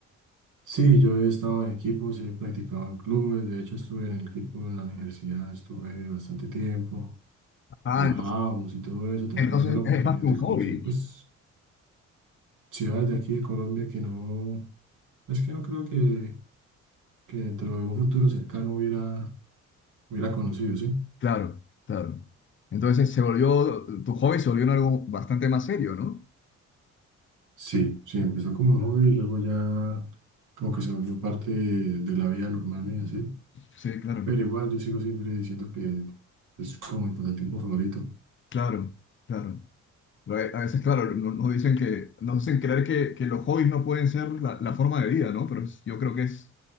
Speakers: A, on the right; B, on the left.
A: Sí, yo he estado en equipos, he practicado en clubes, de hecho estuve en el equipo en la universidad, estuve bastante tiempo,
B: Ah,
A: viajábamos
B: entonces,
A: y todo eso, también
B: entonces
A: me dio la oportunidad
B: es más que
A: de
B: un
A: conocer
B: hobby.
A: pues ciudades de aquí de Colombia que no, pues que no creo que, que dentro de un futuro cercano hubiera, hubiera conocido, ¿sí?
B: Claro, claro. Entonces se volvió, tu hobby se volvió en algo bastante más serio, ¿no?
A: Sí, sí, empezó como un hobby y luego ya como que se volvió parte de, de la vida normal mía, ¿sí?
B: Sí, claro,
A: Pero igual yo sigo siempre diciendo que es como mi pasatiempo favorito.
B: claro, claro. Pero A a veces, claro, no- nos dicen que, nos hacen creer que, que los hobbies no pueden ser la, la forma de vida, ¿no? Pero es- yo creo que es